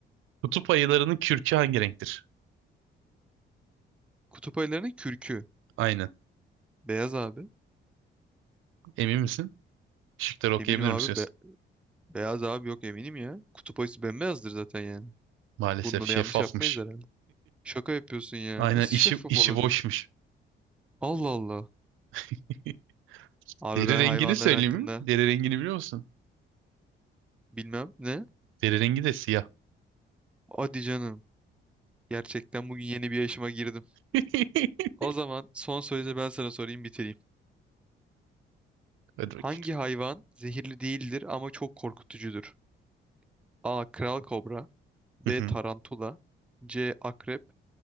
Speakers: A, on the right; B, in the centre.
A: Kutup ayılarının kürkü hangi renktir?
B: <laughs> Kutup ayılarının kürkü.
A: Aynen.
B: Beyaz abi.
A: Emin misin? Şıkları okuyabilir
B: Eminim abi.
A: misiniz?
B: Be- beyaz abi yok eminim ya. Kutup ayısı bembeyazdır zaten yani.
A: Maalesef
B: Bunda
A: şeffafmış.
B: da yanlış yapmayız herhalde. Şaka yapıyorsun ya.
A: Aynen
B: Nasıl
A: işi
B: şeffaf
A: işi
B: olabilir?
A: boşmuş.
B: Allah Allah.
A: <laughs>
B: Abi
A: Deri
B: ben
A: rengini
B: hayvanlar
A: söyleyeyim
B: hakkında
A: mi? Deri rengini biliyor musun?
B: bilmem ne.
A: Deri rengi de siyah.
B: Hadi canım. Gerçekten bugün yeni bir yaşıma girdim.
A: <laughs>
B: O zaman son sözü ben sana sorayım bitireyim.
A: Hadi
B: Hangi
A: bakayım.
B: hayvan zehirli değildir ama çok korkutucudur? A. Kral kobra. B.
A: Hı
B: Tarantula.
A: hı.
B: C. Akrep.